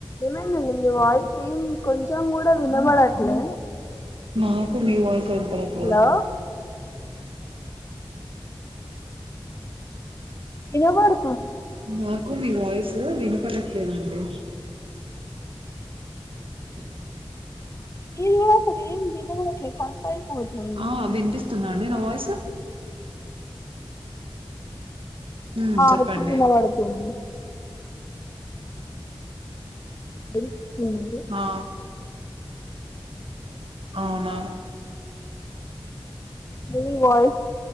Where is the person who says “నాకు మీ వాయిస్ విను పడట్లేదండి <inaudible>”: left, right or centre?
Right